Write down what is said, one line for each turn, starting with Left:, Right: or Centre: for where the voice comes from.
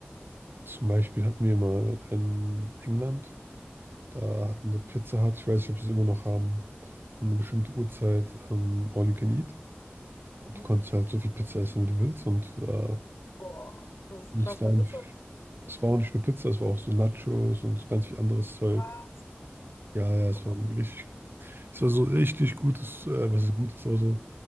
Right: zum Beispiel hatten wir mal in England. Da hatten wir Pizza Hut, ich weiß nicht, ob sie es immer noch haben, um eine bestimmte Uhrzeit ähm, All You Can Eat. Und
Left: mhm.
Right: du konntest halt so viel Pizza essen, wie du willst. Und äh,
Left: Boah, das ist krass
Right: es war
Left: bei Pizza.
Right: nicht, es war auch nicht nur Pizza, es war auch so Nachos und so ganz viel anderes Zeug.
Left: Was?
Right: Ja, ja, es
Left: Boah,
Right: war ein richtig, es war so richtig gutes, äh, was ist gut es war so